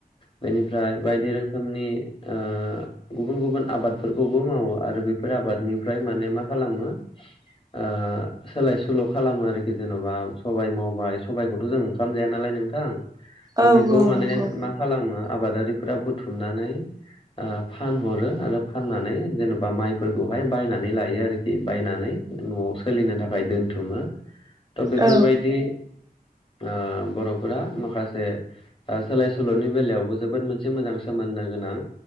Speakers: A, on the left (about 35°); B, on the right (about 25°).
A: बेनिफ्राय बायदि रोखोमनि अ गुबुन-गुबुन आबादफोरखौबो मावो आरो बेफोर आबादनिफ्राय माने मा खालामो अ सोलाय सोल' खालामो आरोखि जेन'बा सबाइ मावबाय सबाइखौथ' जों ओंखाम जाया नालाय नों थां थ'
B: औ
A: बेखौ
B: औ
A: माने
B: नंगौ
A: मा खालामो आबादारिफोरा बुथुमनानै आ फानहरो आरो फाननानै जेनेबा माइफोरखौहाय बायनानै लायो आरोखि बायनानै न'आव सोलिनो थाखाय दोनथुमो थ' बेफोरबायदि
B: औ
A: ओ बर' फोरा माखासे ओ सोलाय सोल'नि बेलायावबो जोबोद मोनसे मोजां सोमोन्दो गोनां।